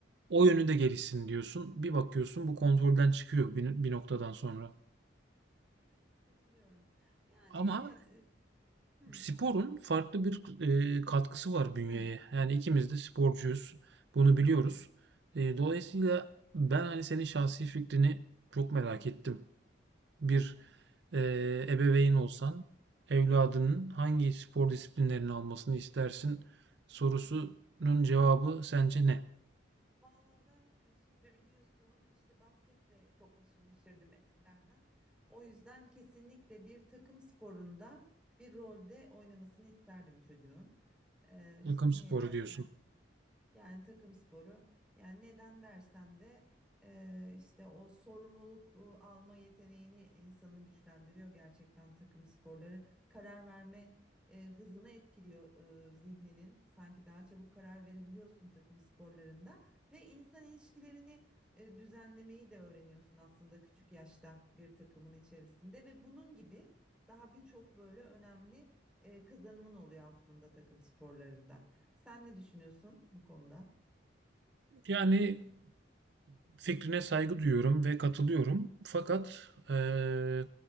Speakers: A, on the right (about 65°); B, in the centre.
A: o yönü de gelişsin diyorsun. Bir bakıyorsun bu kontrolden çıkıyor bir, bir noktadan sonra.
B: Evet katılıyorum. Yani
A: Ama
B: evet. e, Hı.
A: sporun farklı bir e, katkısı var bünyeye.
B: Heh.
A: Yani ikimiz de sporcuyuz. Bunu biliyoruz.
B: Evet.
A: E, dolayısıyla ben hani senin şahsi fikrini çok merak ettim. bir
B: Hı hı.
A: eee, ebeveyn olsan evladının hangi spor disiplinlerini almasını istersin sorusunun cevabı sence ne?
B: Valla ben e, şimdi biliyorsun işte basketle çok haşır neşirdim eskilerden. O yüzden kesinlikle bir takım sporunda bir rolde oynamasını isterdim çocuğun. Ee, işte
A: Takım sporu
B: niye dersen
A: diyorsun.
B: Yani takım sporu. Yani neden dersen de eee, işte o sorumluluk e, alma yeteneğini insanın güçlendiriyor gerçekten takım sporları. Karar verme e, hızını etkiliyor e, zihninin. Sanki daha çabuk karar verebiliyorsun takım sporlarında ve insan ilişkilerini e, düzenlemeyi de öğreniyorsun aslında küçük yaşta bir takımın içerisinde ve bunun gibi daha birçok böyle önemli e, kazanımın oluyor aslında takım sporlarında. Sen ne düşünüyorsun bu konuda?
A: Yani fikrine saygı duyuyorum ve katılıyorum. Fakat eee,